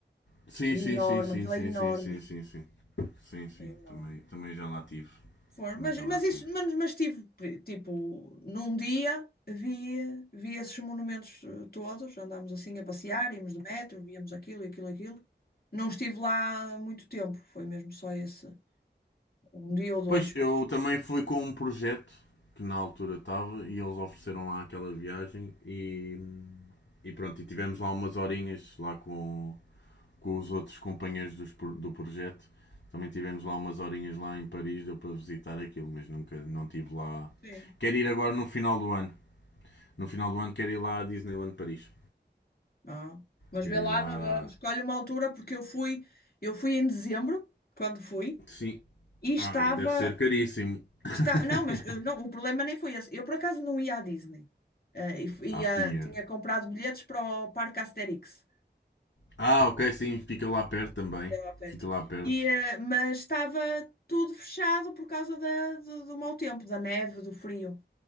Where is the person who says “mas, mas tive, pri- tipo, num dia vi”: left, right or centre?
Left